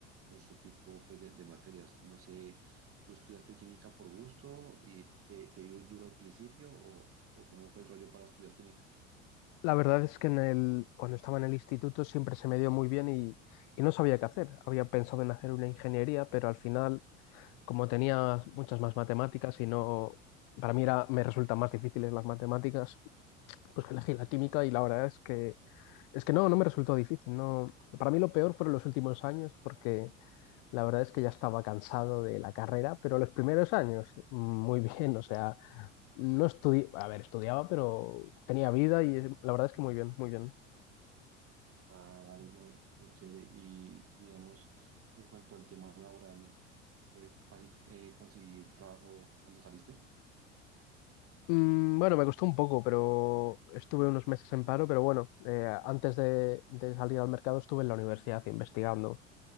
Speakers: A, on the right; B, on the left.
A: ese tipo pues, de, de materias. No sé, ¿tú estudiaste química por gusto y te, te dio duro al principio o, o cómo fue el rollo para estudiar química?
B: La verdad es que en el, cuando estaba en el instituto siempre se me dio muy bien y, y no sabía qué hacer. Había pensado en hacer una ingeniería, pero al final, como tenía muchas más matemáticas y no, para mí era, me resultan más difíciles las matemáticas, pues que elegí la química y la verdad es que es que no, no me resultó difícil. No. Para mí lo peor fueron los últimos años porque la verdad es que ya estaba cansado de la carrera, pero los primeros años, muy <laughs> bien, o sea, No estudié, a ver, estudiaba, pero tenía vida y eh, la verdad es que muy bien, muy bien.
A: Ah, vale, no, súper chévere. Y digamos, en cuanto al tema laboral, ¿fue fácil eh, conseguir trabajo cuando saliste?
B: Mm, bueno, me costó un poco, pero estuve unos meses en paro, pero bueno, eh, antes de, de salir al mercado estuve en la universidad investigando,